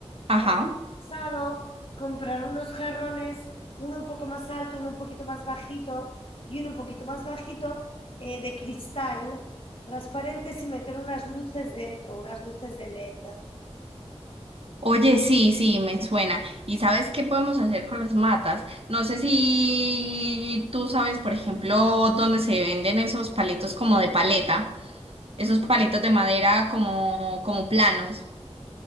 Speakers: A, on the right; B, on the left.
A: Ajá.
B: Había pensado comprar unos jarrones, uno un poco más alto, uno un poquito más bajito y uno un poquito más bajito eh, de cristal transparentes y meter unas luces dentro, unas luces de LED.
A: Oye, sí, sí, me suena. ¿Y sabes qué podemos hacer con las matas? No sé si tú sabes, por ejemplo, dónde se venden esos palitos como de paleta, esos palitos de madera como, como planos.